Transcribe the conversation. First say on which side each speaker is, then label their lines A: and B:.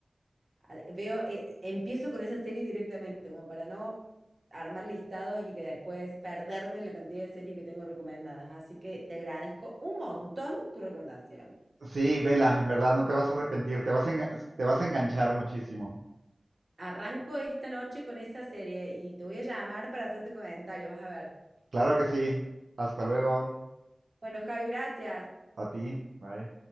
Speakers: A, on the right; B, on the right.
A: A- Veo, eh, empiezo con esa serie directamente, como para no armar listados y que después perderme en la cantidad de series que tengo recomendadas. Así que te agradezco un montón tu recomendación.
B: Sí, vela, en verdad no te vas a arrepentir, te vas a, enga- te vas a enganchar muchísimo.
A: Arranco esta noche con esa serie y te voy a llamar para hacerte comentario, vas a ver.
B: Claro que sí. Hasta luego.
A: Bueno, Javi, gracias.
B: A ti. Bye.